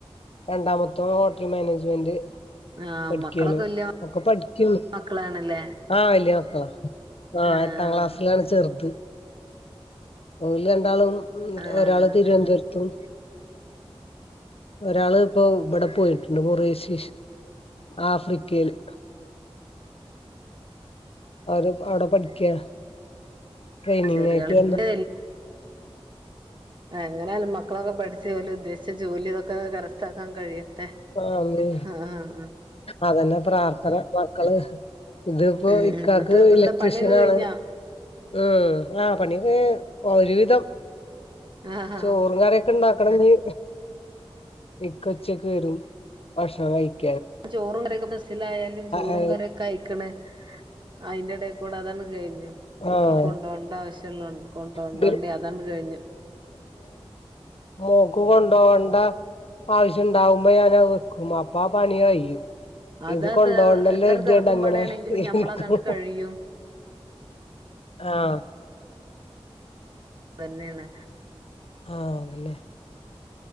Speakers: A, on the left; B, on the right.
A: രണ്ടാമത്ത ഓന് ഹോട്ടൽ മാനേജ്മെന്റ്.
B: ആഹ്
A: പഠിക്കയാണ്
B: മക്കളൊക്കെ വല്യ
A: ഒക്കെ പഠിക്ക്ണ്
B: മക്കളാണല്ലേ
A: ആ വേല്യാന് ആ
B: ആഹ്
A: എട്ടാം ക്ലാസ്സിലാണ് ചെറുത്. ഓല്‌രണ്ടാളും
B: ആഹ്
A: ഒരാള് തിരുവന്തൊരത്തും. ഒരാള് ഇപ്പൊ ഇവിടെ പോയിട്ടുണ്ട് ബുറെഷീസ് ആഫ്രിക്കേല്. അവര് അവിടെ പഠിക്കാ ട്രെയിനിങ്ങായിട്ട്
B: ചെറിയാള്
A: വന്നാ
B: ഇന്റെ എങ്ങനെ ആയാ ലും മക്കളൊക്കെ പഠിച്ച് ഉദ്ദേശിച്ച ജോലി ഇതൊക്കെ കരസ്ഥക്കാൻ കഴിയട്ടെ.
A: ആന്നെ
B: ആഹ് ആഹ്
A: അതന്നെ പ്രാർത്ഥന മക്കള് ഇതിപ്പോ
B: ഉം
A: ഇക്കക്ക്
B: ഉം എന്നിട്ട് ഇപ്പ
A: ഇലക്ട്രീഷ്യൻ
B: എന്താ പണിയൊക്കെ കഴിഞ്ഞോ
A: ആണ്. ഉം ആഹ് പണിക്കെ ഒരുവിധം.
B: ആഹ്
A: ചോറും കറിക്കെ ണ്ടാക്കണം ഞ്ഞ് മിക്കച്ചക്ക വരും ഭക്ഷണം കഴ
B: ചോറും കരൊക്കെ ബസ്സിലായാലും ചോറും
A: ആഹ്
B: കരൊക്കെ അയിക്കണേ അയിന്റെടൽക്കൂടെ അതാണ് കഴിഞ്ഞത് കുട്ടികൾ
A: ആഹ്
B: കൊണ്ടോണ്ട ആവശ്യല്ല കൊണ്ടോണ്ടോണ്ടേ
A: ഇവര്
B: അതാണ് കഴിഞ്ഞ
A: <unintelligible> നക്ക് കൊണ്ടുപോകേണ്ട ആവശ്യംണ്ടാവുമ്പോ ഞാൻത് വെക്കും അപ്പ ആ പണി കഴിയ്യും
B: അതാ
A: ഇത് കൊണ്ടോണ്ടല്ലോ
B: എത്ര
A: എരുതിണ്ട
B: തിരക്കും
A: അങ്ങനെ
B: പാടാണെങ്കിലും
A: എനരിക്കും
B: ഞമ്മളതങ്ങ് കഴിയും
A: ആഹ
B: എന്നെയാണ്
A: ആ അല്ലെ